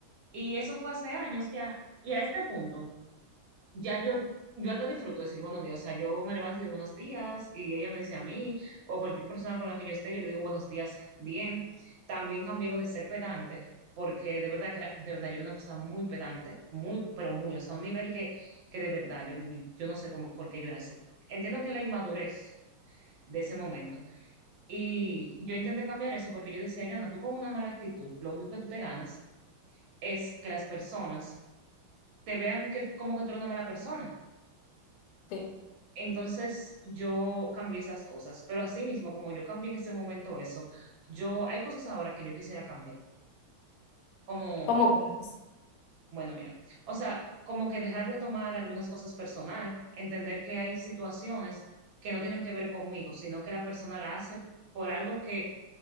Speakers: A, on the right (about 70°); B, on the left (about 80°).
A: Y eso fue hace años ya. Y a este punto, ya yo, yo hasta disfruto decir buenos días. O sea, yo me levanto y digo buenos días y ella me dice a mí o cualquier persona con la que yo esté, yo le digo buenos días bien. También cambié lo de ser pedante porque de verdad que era- de verdad yo era una persona muy pedante, muy, pero muy, o sea, un nivel que, que de verdad yo, yo, yo no sé cómo, por qué yo era así. Entiendo que la inmadurez de ese momento. Y yo intenté cambiar eso porque yo decía, Joana, tú con una mala actitud, lo único que tú te ganas es que las personas te vean que como que tú eres una mala persona.
B: Sí,
A: Entonces yo cambié esas cosas, pero así mismo, como yo cambié en ese momento eso, yo hay cosas ahora que yo quisiera cambiar, como,
B: como quieras.
A: bueno, mira, o sea, como que dejar de tomar algunas cosas personal, entender que hay situaciones que no tienen que ver conmigo, sino que la persona la hace por algo que